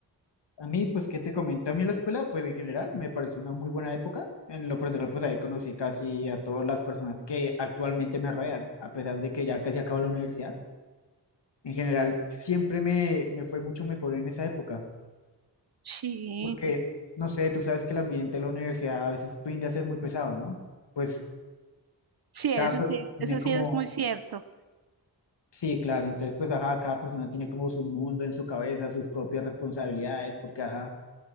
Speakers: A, on the left (about 90°); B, on the right (about 60°).
A: A mí, pues, ¿qué te comento? A mí la escuela, pues, en general, me pareció una muy buena época. En lo personal, pues, ahí conocí casi a todas las personas que actualmente me rodean, a pesar de que ya casi acabo la universidad. En general, siempre me, me fue mucho mejor en esa época,
B: Sí,
A: porque, no sé, tú sabes que el ambiente de la universidad a veces tiende a ser muy pesado, ¿no? Pues,
B: sí,
A: Cada
B: eso
A: persona
B: sí,
A: tiene
B: eso sí
A: como,
B: es muy cierto.
A: sí, claro, entonces pues ajá, cada persona tiene como su mundo en su cabeza, sus propias responsabilidades, porque ajá,